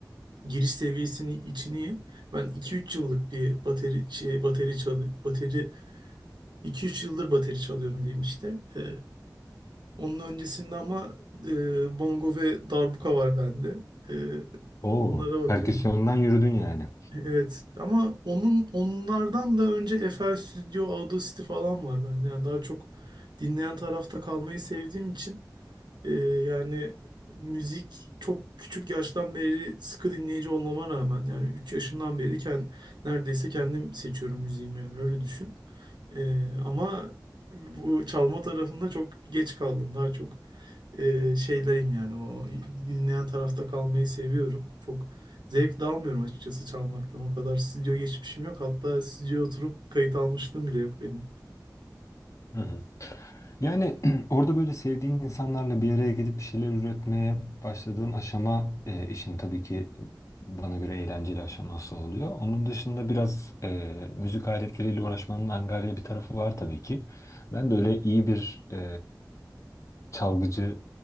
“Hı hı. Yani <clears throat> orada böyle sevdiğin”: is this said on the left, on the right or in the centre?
Left